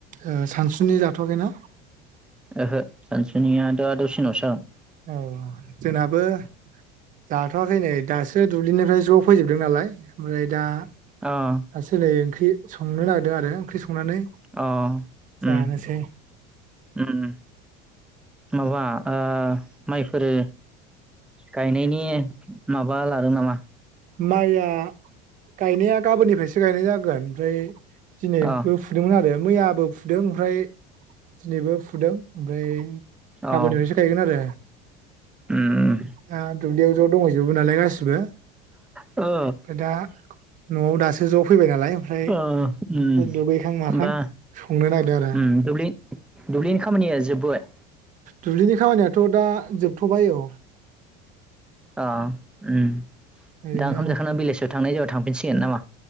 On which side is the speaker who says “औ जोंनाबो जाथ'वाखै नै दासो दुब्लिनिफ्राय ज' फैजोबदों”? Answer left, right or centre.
Right